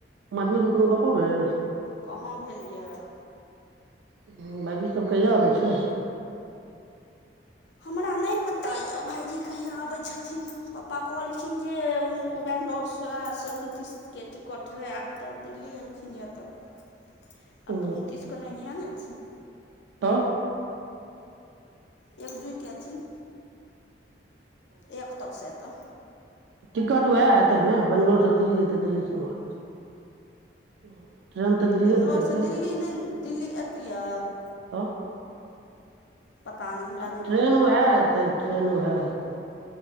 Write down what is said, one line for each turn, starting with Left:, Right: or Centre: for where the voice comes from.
Right: मधु सँ कोनो गप्पो भेल?
Left: कहाँ भेल यऽ?
Right: ह्म्म, भाईजी सब कहिया आबै छै?
Left: हमरा नैय पता यैऽ भायजी कहिया आबै छथिन? पप्पा कहलखिन जे ओ बेंगलोरसँ से उनतिसके टिकट रहै आब तऽ दिल्ली एलखिन यैऽ तऽ
Right: ओ
Left: आब तऽ उनतीस कऽ नैहिये न एथीन?
Right: तऽ?
Left: एक दूइ के एथिन। एक तक साइद तऽ।
Right: टिकटो हैत तैं ने, बंगलोर सँ दिल्ली एतै, दिल्ली से उमहर। ट्रेन तऽ दिल्लिये
Left: बेंगलौरसँ
Right: दकऽ एतैन,
Left: दिल्ली नहि ने दिल्ली अयतियै
Right: तऽ
Left: पता नहि हमरा
Right: ट-ट्रेन
Left: नहि पता
Right: ओहैऽ हेतै, ट्रेन ओहैऽ हेतै।